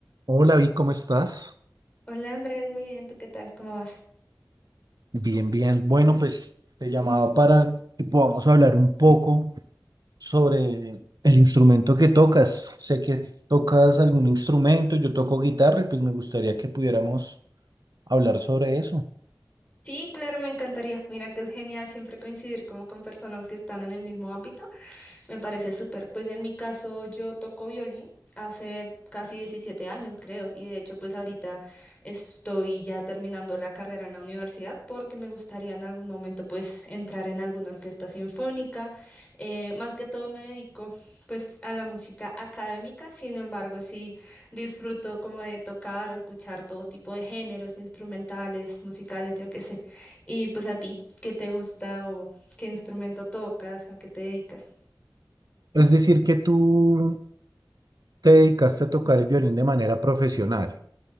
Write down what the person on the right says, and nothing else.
Hola, Vic, ¿cómo estás?
Bien, bien. Bueno, pues te llamaba para que podamos hablar un poco sobre el instrumento que tocas. Sé que tocas algún instrumento, yo toco guitarra y pues me gustaría que pudiéramos hablar sobre eso.
Es decir, que tú te dedicaste a tocar el violín de manera profesional.